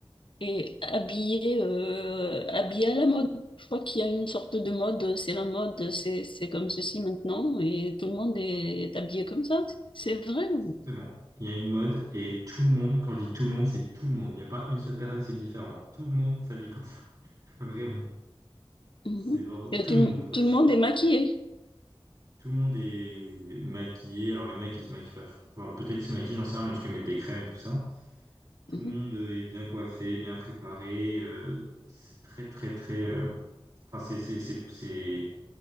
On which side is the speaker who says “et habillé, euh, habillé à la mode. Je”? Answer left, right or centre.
Left